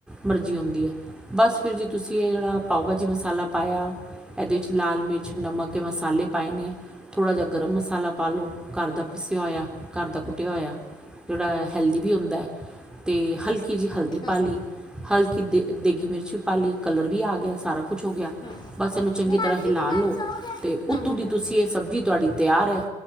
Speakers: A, in the centre; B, on the left (about 25°).
A: ਮਰਜ਼ੀ ਹੁੰਦੀ ਹੈ ਬਸ ਫਿਰ ਜੀ ਤੁਸੀਂ ਇਹ ਜਿਹੜਾ ਪਾਓ ਮਸਾਲਾ ਪਾਇਆ ਇਹਦੇ ਵਿੱਚ ਲਾਲ ਮਿਰਚ ਕੁਛ ਨਮਕ ਮਸਾਲੇ ਪਾਏ ਨੇ। ਥੋੜ੍ਹਾ ਜਿਹਾ ਗਰਮ ਮਸਾਲਾ ਪਾ ਲਉ ਘਰ ਦਾ, ਪਿਸਿਆ ਹੋਇਆ ਘਰ ਦਾ ਕੁੱਟਿਆ ਹੋਇਆ ਜਿਹੜਾ ਹੈਲਦੀ ਵੀ ਹੁੰਦਾ। ਅਤੇ ਹਲਕੀ ਜਿਹੀ ਹਲਦੀ
B: ਹੂੰ
A: ਪਾ ਲਈ
B: ਹੂੰ
A: ਹਲ ਕਿ ਦੇ ਦੇਗੀ ਮਿਰਚ ਪਾਲੀ ਕਲਰ ਵੀ ਆ ਗਿਆ ਸਾਰਾ ਕੁਛ ਹੋ ਗਿਆ
B: ਹੂੰ
A: ਬਸ ਇਹਨੂੰ ਚੰਗੀ
B: ਮਾਸੀ
A: ਤਰ੍ਹਾਂ ਹਿਲਾ
B: ਕੇ ਸਾਥ
A: ਲਓ।
B: ਸੋ ਗਏ।
A: ਅਤੇ ਉੱਤੋਂ
B: ਹੂੰ ਹੂੰ
A: ਦੀ
B: ਹੂੰ
A: ਤੁਸੀਂ
B: ਹੂੰ ਹੂੰ
A: ਇਹ ਸਬਜ਼ੀ ਤੁਹਾਡੀ ਤਿਆਰ ਹੈ